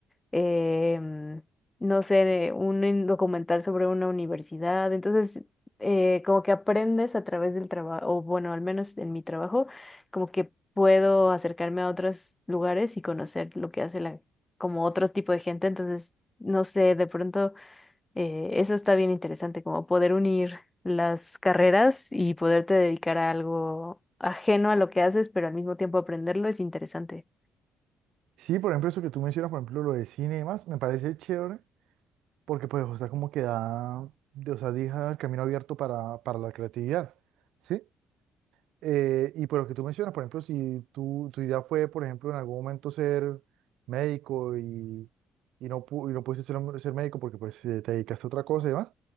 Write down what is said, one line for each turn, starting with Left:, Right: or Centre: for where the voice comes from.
Left: em, no sé, un in- documental sobre una universidad. Entonces, eh, como que aprendes a través del trabajo, o bueno, al menos en mi trabajo, como que puedo acercarme a otros lugares y conocer lo que hace la, como otro tipo de gente. Entonces, no sé, de pronto eh, eso está bien interesante, como poder unir las carreras y poderte dedicar a algo ajeno a lo que haces, pero al mismo tiempo aprenderlo es interesante.
Right: Sí, por ejemplo, eso que tú mencionas, por ejemplo, lo de cine y demás, me parece chévere porque pues, o sea, como que da, de- o sea, deja el camino abierto para, para la creatividad, ¿sí? Eh, y por lo que tú mencionas, por ejemplo, si tu, tu idea fue, por ejemplo, en algún momento ser médico y, y no, pu- y no pudiste ser, un- ser médico porque pues eh, te dedicaste a otra cosa y demás,